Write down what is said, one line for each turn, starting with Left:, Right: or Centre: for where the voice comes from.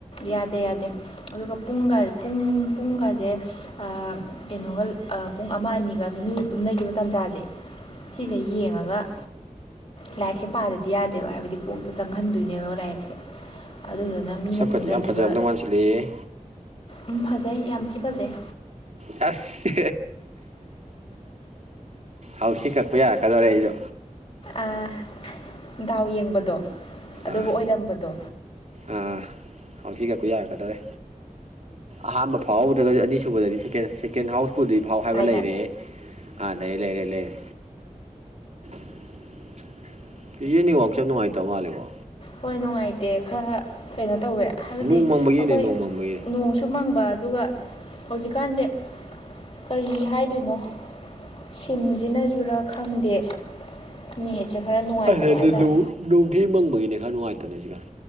Left: ꯌꯥꯗꯦ ꯌꯥꯗꯦ ꯑꯗꯨꯒ ꯄꯨꯡꯒ ꯄꯨꯡ ꯄꯨꯡꯒꯁꯦ ꯑꯥ ꯀꯩꯅꯣꯒ ꯑ ꯄꯨꯡ ꯑꯃ ꯑꯅꯤꯒꯁꯦ ꯃꯤꯅ ꯇꯨꯝꯅꯈꯤꯕ ꯇꯥꯟꯖꯥꯁꯦ ꯁꯤꯁꯦ
Right: ꯎꯝ
Left: ꯌꯦꯡꯉꯒ ꯂꯥꯏꯔꯤꯛꯁꯦ ꯄꯥꯗꯗꯤ ꯌꯥꯗꯦꯕ ꯍꯥꯏꯕꯗꯤ ꯀꯣꯛꯇ ꯆꯪꯍꯟꯗꯣꯏꯅꯦꯕ ꯂꯥꯏꯔꯤꯛꯁꯦ ꯑꯗꯨꯗꯨꯅ ꯃꯤꯅ ꯇꯨꯝꯅꯈꯤꯕ
Right: ꯐꯥꯗꯤ ꯌꯥꯝ ꯐꯥꯖꯔꯝꯗꯧ ꯃꯟꯁꯤꯟꯂꯛꯑꯦ
Left: ꯎꯝ ꯐꯖꯩ ꯌꯥꯝ ꯊꯤ ꯐꯖꯩ
Right: ꯑꯁ ꯍꯥꯎꯁꯤ ꯀꯛꯄ ꯌꯥꯔꯛꯀꯗꯧꯔꯦ ꯑꯩꯁꯨ
Left: ꯑꯥ ꯗꯥꯎ ꯌꯦꯡꯕꯗꯣ ꯑꯗꯨꯒ
Right: ꯑꯥ
Left: ꯑꯣꯏꯔꯝꯕꯗꯣ
Right: ꯑꯥ ꯍꯥꯎꯁꯤ ꯀꯛꯄ ꯌꯥꯔꯛꯀꯗꯧꯔꯦ ꯑꯍꯥꯝꯕ ꯐꯥꯎꯍꯧꯗ꯭ꯔꯥꯒꯗꯤ ꯑꯅꯤꯁꯨꯕꯗꯗꯤ ꯁꯦꯀꯦꯟ ꯁꯦꯀꯦꯟ ꯍꯥꯎꯁ ꯐꯨꯜꯗꯤ ꯐꯥꯎ ꯍꯥꯏꯕ
Left: ꯍꯥꯏꯇꯥꯔꯦ
Right: ꯂꯩꯔꯦ ꯑꯥ ꯂꯩꯔꯦ ꯂꯩꯔꯦ ꯂꯩꯔꯦ <inaudible> ꯍꯨꯖꯤꯛ ꯅꯦꯠꯋꯥꯛ ꯁꯦ ꯌꯥꯝ ꯅꯨꯡꯉꯥꯏꯇ ꯃꯥꯂꯦꯀꯣ
Left: ꯍꯣꯏ ꯅꯨꯡꯉꯥꯏꯇꯦ ꯈꯔ ꯀꯩꯅꯣ ꯇꯧꯋꯦ ꯍꯥꯏꯕꯗꯤ
Right: ꯅꯣꯡ ꯃꯪꯕꯒꯤꯅꯦ
Left: ꯑꯈꯣꯏ
Right: ꯅꯣꯡ ꯃꯪꯕꯒꯤꯅꯦ
Left: ꯅꯣꯡꯁꯨ ꯃꯪꯕ ꯑꯗꯨꯒ ꯍꯧꯖꯤꯛꯀꯥꯟꯁꯦ ꯀꯔꯤ ꯍꯥꯏꯗꯣꯏꯅꯣ ꯁꯤꯝꯁꯤꯅꯖꯨꯔꯥ ꯈꯪꯗꯦ ꯅꯦꯠꯁꯦ ꯈꯔ
Right: <unintelligible>
Left: ꯅꯨꯡꯉꯥꯏꯇꯕ
Right: ꯍꫭꯏ
Left: ꯍꯥꯏꯇꯥꯔꯦ
Right: ꯅꯣꯡꯊꯤ ꯃꯪꯕꯒꯤꯅꯦ ꯈꯔ ꯅꯨꯡꯉꯥꯏꯇꯕꯅꯦ ꯍꯧꯖꯤꯛꯀꯟ